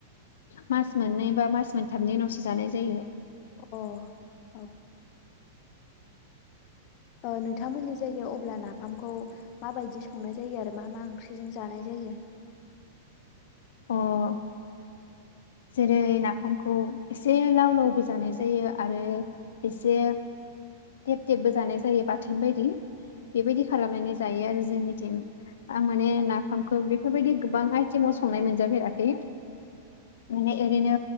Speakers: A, on the left; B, on the left.
A: मास मोननै बा मास मोनथामनि उनावसो जानाय जायो।
B: अह औ। ओ नोंथांमोननि जायगायाव अब्ला नाफामखौ माबादि संनाय जायो आरो मा मा ओंख्रिजों जानाय जायो?
A: अह। जेरै- नाफामखौ एसे लाव लावबो जानायजायो आरो एसे टेब टेबबो जानायजायो बाथोन बायदि बेबायदि खालामनानै जायो आरो जोंनिथिं आं माने नाफामखौ बेफोरबायदि गोबां आइटेमाव संनाय मोनजाफेराखै। माने एरैनो